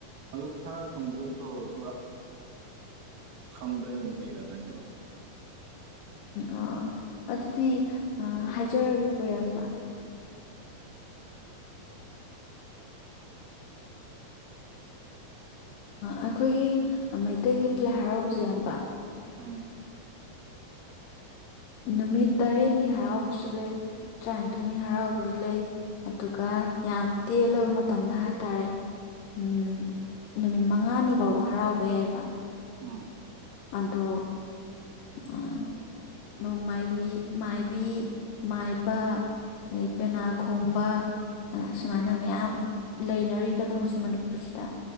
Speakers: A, on the right (about 90°); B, on the left (about 75°).
A: ꯑꯗꯨ ꯈꯔ ꯈꯪꯕꯗ ꯑꯗꯨꯝ ꯇꯧꯔꯛꯑꯣ ꯑꯗꯨꯒ ꯈꯪꯕꯗ ꯑꯩ ꯑꯗꯨꯝ ꯏꯔꯗꯣꯏꯅꯦꯕ
B: ꯑ ꯑꯗꯨꯗꯤ ꯍꯥꯏꯖꯔꯒꯦꯀꯣ ꯏꯌꯥꯝꯕ ꯑꯩꯈꯣꯏꯒꯤ ꯃꯩꯇꯩꯒꯤ ꯂꯥꯏ ꯍꯔꯥꯎꯕꯁꯦ ꯌꯥꯝ ꯄ
A: ꯎꯝ
B: ꯅꯨꯃꯤꯠ ꯇꯔꯦꯠꯅꯤ ꯍꯔꯥꯎꯕꯁꯨ ꯂꯩ ꯇꯔꯥꯅꯤꯊꯣꯏꯅꯤ ꯍꯔꯥꯎꯕꯁꯨ ꯂꯩ ꯑꯗꯨꯒ ꯌꯥꯝ ꯇꯦꯜꯂꯕ ꯃꯇꯝꯗ ꯍꯥꯏꯇꯥꯔꯦ ꯎꯝ ꯅꯨꯃꯤꯠ ꯃꯉꯥꯅꯤ ꯐꯥꯎꯕ ꯍꯔꯥꯎꯕ ꯌꯥꯏꯑꯕ
A: ꯎꯝ
B: ꯑꯗꯣ ꯑ ꯅꯣꯡ ꯃꯥꯏꯕꯤ ꯃꯥꯏꯕꯤ ꯃꯥꯏꯕ ꯑꯗꯩ ꯄꯦꯅꯥ ꯈꯣꯡꯕ ꯁꯨꯃꯥꯏꯅ ꯃꯌꯥꯝ ꯂꯩꯅꯔꯤꯗꯅ ꯍꯧꯖꯤꯛ ꯃꯅꯤꯄꯨꯔꯁꯤꯗ